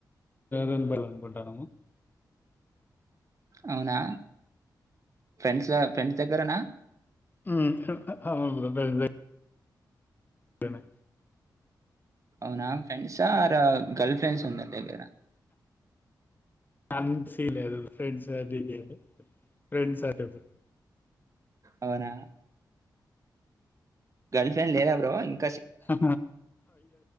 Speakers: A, on the left; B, on the right.
A: రెగపల్లి అనుకుంటున్నాము
B: అవునా ఫ్రెండ్స్ లో ఫ్రెండ్స్ దగ్గరనా
A: హు అవును బ్రో ఇట్లనే
B: అవునా ఫ్రెండ్స్ ఆర్ గర్ల్ ఫ్రెండ్స్ ఉందగర
A: అంత సీన్ లేదు ఫ్రెండ్స్ అది ఫ్రెడ్స్ అయి
B: అవునా గర్ల్ ఫ్రెండ్ లేద బ్రో ఇన్
A: అ